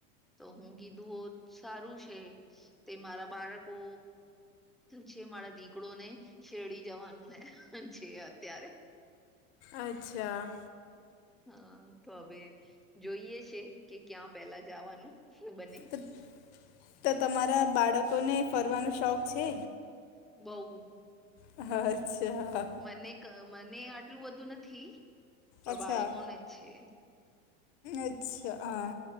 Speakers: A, in the centre; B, on the left.
A: તો હું કીધું સારું છે તે મારા બારકો છે મારા દીકડો ને શેરડી જવાનું હે છે અત્યારે
B: અચ્છા.
A: હા તો હવે જોઈએ છે કે ક્યાં પેલા જવાનું શું બને
B: તો તો તમારા બાળકો ને ફરવાનો શોખ છે.
A: બઉ.
B: અચ્છા.
A: મને મને આટલું બધું નથી પણ
B: અચ્છા
A: બાળકોને છે.
B: અચ્છા હા